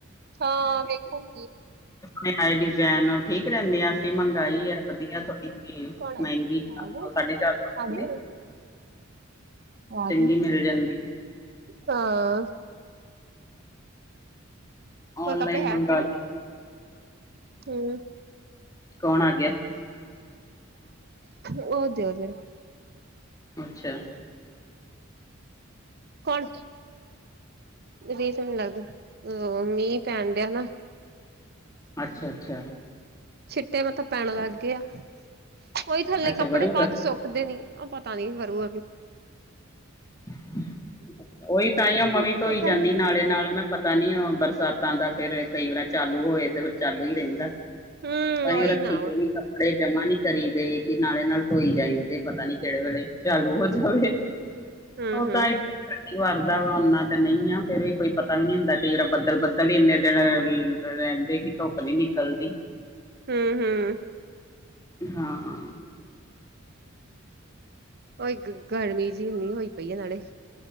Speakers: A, on the right; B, on the left.
A: ਹਾਂ, ਵੇਖੂਗੀ।
B: ਣੇ ਆਏ ਡਿਜ਼ਾਇਨ ਠੀਕ <unintelligible> ਕਰਹਿੰਦੇ ਅਸੀਂ ਮੰਗਾਈ ਹੈ। ਵਧੀਆ ਥੋੜੀ ਹੀ
A: ਕੌਣ
B: ਮਹਿੰਗੀ
A: ਆ
B: ਚਾਰ ਸੌ
A: ਗਏ
B: ਸਾਢੇ ਚਾਰ ਸੌ
A: ਆ ਗਏ
B: ਦੀ।
A: ਆ
B: ਚੰਗੀ
A: ਗਈ
B: ਮਿਲ ਜਾਂਦੀ।
A: ਹਾਂ।
B: ਔਨਲਾਈਨ
A: ਹੋਰ ਕੱਪੜੇ ਹੈ
B: ਮੰਗਾਲ
A: ਉੱਥੇ ਨਾ ਹੂੰ
B: ਕੌਣ ਆ ਗਿਆ?
A: ਉਹਦੇ- ਉਹਦੇ।
B: ਅੱਛਾ।
A: ਕੋਣ? ਰੀ ਤਾਂ ਮੈਨੂੰ ਲੱਗਦਾ। ਮੀਂਹ, ਪੈਣ ਠਿਆ ਨਾ।
B: ਅੱਛਾ ਅੱਛਾ
A: ਛਿੱਟੇ, ਮਤਲਬ ਪੈਣ, ਲੱਗ ਗਏ ਆ। ਉਹੀ, ਥੱਲੇ
B: ਅੱਛਾ
A: ਕੱਪੜੇ
B: ਵਰੂਗਾ
A: ਪਾਹੁ, ਤੇ ਸੁੱਕਦੇ ਨੀ। ਉਹ ਪਤਾ ਨੀ ਵਰੂ।
B: ਉਹੀ, ਤਾਂਹੀ ਉਂ ਮੈਂਵੀ,
A: ਕੁਛ
B: ਧੋਈ
A: ਪਤਾ
B: ਜਾਂਦੀ,
A: ਨੀ
B: ਨਾਲੇ ਨਾਲ ਮੈਂ। ਪਤਾ ਨੀ, ਓਹ ਬਰਸਾਤਾਂ ਦਾ, ਫੇਰ ਐਦਾ ਹੀ, ਹੋ ਰਿਹਾ ਚਾਲੂ ਹੋਏ ਤੇ ਫੇਰ, ਚਾਲੂ ਹੀ ਰਹਿੰਦਾ।
A: ਹੂੰ
B: ਤਾਂਹੀ,
A: ਉਹੀ
B: ਉਹ ਰੱਖੀ,
A: ਨਾ
B: ਗਈ ਕੱਪੜੇ। ਜਮਾ ਨੀ ਕਰੀ ਦੇ, ਕਿ ਨਾਲੇ- ਨਾਲ, ਧੋਈ ਜਾਈ ਦੇ। ਪਤਾ ਨੀ ਕਿਹੜੇ ਵੇਲੇ ਚਾਲੂ, ਹੋ ਜਾਵੇ।
A: ਹੂੰ-ਹੂੰ,
B: ਓਦਾਂ ਹੀ। ਮੀਂ, ਵਾਰਦਾ ਵਾ, ਓਨਾ ਤੇ ਨਹੀਂ ਆ। ਫੇਰ ਵੀ, ਕੋਈ ਪਤਾ ਵੀ, ਨੀ ਹੁੰਦਾ। ਕਿਰਾ ਬੱਦਲ, ਬੱਦਲ ਹੀ ਇੰਨੇ ਦਿਨ। ਰਹਿੰਦੇ ਕਿ, ਧੁੱਪ ਨੀ ਨਿਕਲਦੀ।
A: ਹੂੰ- ਹੂੰ।
B: ਹਾਂ, ਹਾਂ।
A: ਉ ਗਰਮੀ, ਜਿਹੀ ਇਨੀ ਹੋਈ ਪਈ ਹੈ। ਨਾਲੇ।